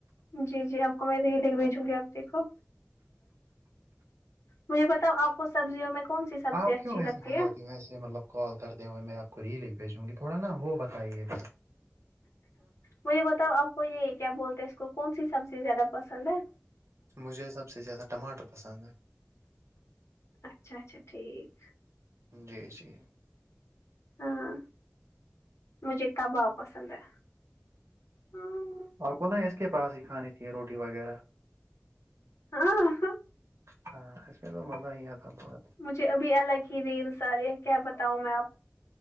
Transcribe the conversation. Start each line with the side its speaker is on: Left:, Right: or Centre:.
Left: جی جی آپ کو میں نے یے لنک بھیجی چھوڑی آپ دیکھو مجھے بتاؤ آپ کو سبزیوں میں کون سی سبزی
Right: آپ
Left: اچھی
Right: کیوں ایسے
Left: لگتی
Right: بجاتی
Left: ہے
Right: ہو ایسے مطلب کال کرتے ہوئے میں آپ کو ریل ایک بھیجوں گی تھوڑا نا وہ بتائیے ذرا
Left: مجھے بتاؤ آپ کو یے کیا بولتے اس کو کونسی سبزی زیادہ پسند ہے
Right: مجھے سب سے زیادہ ٹماٹر پسند ہے
Left: اچھا اچھا ٹھیک
Right: جی جی
Left: ہاں مجھے کباب پسند ہے ہاں
Right: آپ کو نا اس کے پاس ہی کھانی تھی روٹی وغیرہ
Left: ہاں
Right: ہاں اس میں تو مزہ ہی آتا بہت
Left: چے ابھی الگ ہی ریلس آرے ہیں کیا بتاؤ میں آپ